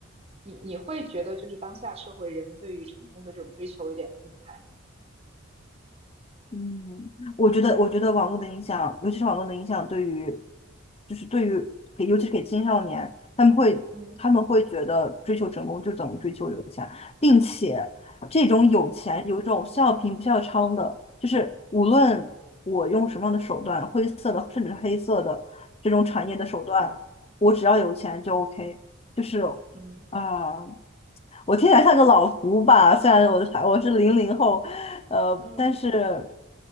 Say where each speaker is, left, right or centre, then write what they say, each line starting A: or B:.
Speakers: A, on the right; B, on the left.
A: 你你会觉得就是当下社会人对于成功的这种追求有点病态吗？
B: 嗯，我觉得，我觉得网络的影响，尤其是网络的影响，对于，就是对于给，尤其是给青少年，他们会，
A: 嗯
B: 他们会觉得追求成功就等于追求有钱，并且这种有钱有一种笑贫不笑娼的，
A: 嗯
B: 就是无论我用什么样的手段，灰色的甚至是黑色的这种产业的手段，
A: 嗯
B: 我只要有钱就 OK，就是
A: 嗯
B: 啊、我听起来像个老胡吧，虽然我还我是零零后，呃，
A: 嗯
B: 但是